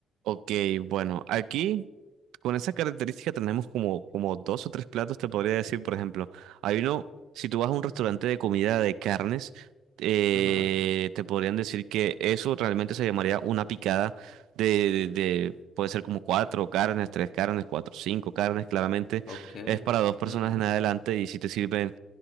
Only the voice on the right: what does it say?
Ok, bueno, aquí con esa característica tenemos como, como dos o tres platos, te podría decir, por ejemplo, hay uno, si tú vas a un restaurante de comida de carnes, eh,
te podrían decir que eso realmente se llamaría una picada de, de- de- puede ser como cuatro carnes, tres carnes, cuatro, cinco carnes, claramente
es para dos personas
en adelante y si te sirven